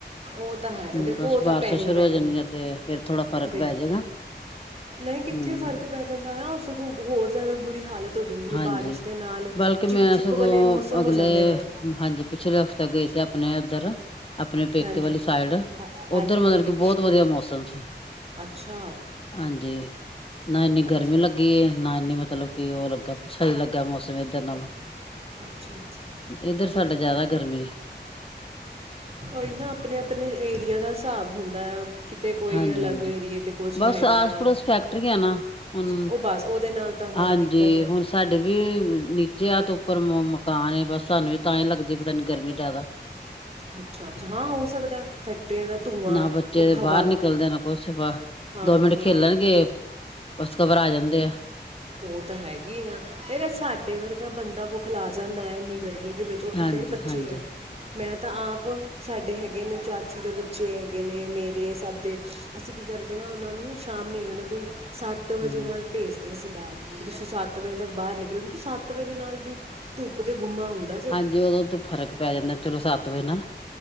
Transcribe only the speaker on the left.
ਹੂੰ,
ਬਸ
ਬਾਰਿਸ਼ਾਂ
ਸ਼ੁਰੂ ਹੋ ਜਾਣਗੀਆਂ
ਤੇ ਫੇਰ ਥੋੜਾ ਫ਼ਰਕ
ਪੈ ਜਾਏਗਾ
ਹੂੰ,
ਹਾਂਜੀ।
ਬਲਕਿ
ਮੈਂ
ਸਗੋਂ
ਅਗਲੇ
ਹਾਂਜੀ ਪਿਛਲੇ ਹਫ਼ਤੇ ਗਈ ਸੀ ਆਪਣੇ ਓਧਰ ਆਪਣੇ ਪੇਕੇ
ਵਾਲੀ ਸਾਈਡ
ਉੱਧਰ ਮਤਲਬ
ਕੀ ਬੋਤ ਵਧੀਆ ਮੌਸਮ ਸੀ।
ਹਾਂਜੀ ਨਾ ਐਨੀ
ਗਰਮੀ ਲੱ ਗੀ ਏ ਨਾ ਐਨੀ ਮਤਲਬ ਕੀ ਓ ਲੱਗਾ ਸਈ ਲੱਗਾ ਮੌਸਮ ਏਧਰ ਨਾਲੋਂ
ਏਧਰ ਸਾਡਾ ਜਾਦਾ ਗਰਮੀ ਐ।
ਹਾਂਜੀ-ਹਾਂਜੀ।
ਬਸ
ਆਸ ਪੜੋਸ
ਫੈਕਟਰੀਆਂ ਨਾ ਹੁਣ
ਹਾਂਜੀ
ਹੁਣ ਸਾਡੇ ਵੀ ਨੀਚੇ ਆ ਤ ਉੱਪਰ ਮ ਮਕਾਨ ਏ ਬਸ ਸਾਨੂੰ ਵੀ ਤਾਂ ਈ ਲੱਗਦੀ ਨ ਗਰਮੀ ਜਾਦਾ।
ਨਾ ਬੱਚੇ
ਬਾਹਰ ਨਿਕਲਦੇ ਨੇ ਕੁਛ ਵਾ
ਦੋ ਮਿੰਟ
ਖੇਲਣਗੇ ਬਸ ਘਬਰਾ ਜਾਂਦੇ ਆ।
ਹਾਂਜੀ
ਹਾਂਜੀ
ਹਮ
ਹਾਂਜੀ ਉਦੋਂ ਤੇ ਫ਼ਰਕ ਪੈ ਜਾਂਦਾ ਚਲੋ ਸੱਤ ਵਜੇ ਨਾਲ।